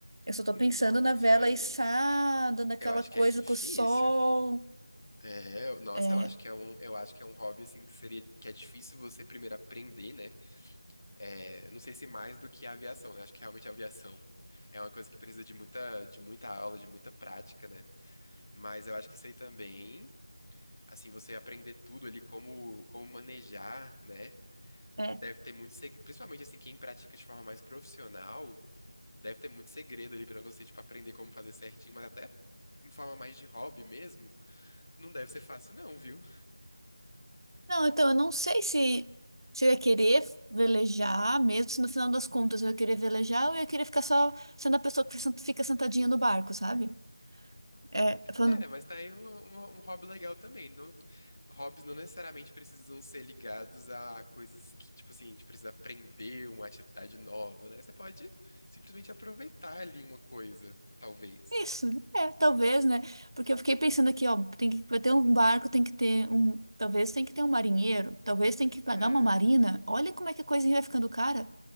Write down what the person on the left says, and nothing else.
Nossa,
eu acho
que é difícil.
É, eu- nossa,
eu acho que é um, eu acho que é um hobby assim que seria que é difícil você primeiro aprender, né? É, não sei se mais do que a aviação, né? Acho que realmente a aviação <laughs> é uma coisa que precisa de muita, de muita aula, de muita prática, né? Mas eu acho que isso aí também, assim, você aprender tudo ali, como, como manejar, né?
Deve ter muito segredo, principalmente assim, quem pratica de forma mais profissional, deve ter muito segredo ali pra você, tipo, aprender como fazer certinho, mas até em forma mais de hobby mesmo, não deve ser fácil, não, viu?
É, mas tá aí um, um- um hobby legal também. Não, hobbies não necessariamente precisam ser ligados a coisas que, tipo assim, a gente precisa aprender uma atividade nova, né? Você pode simplesmente aproveitar ali uma coisa, talvez.
É.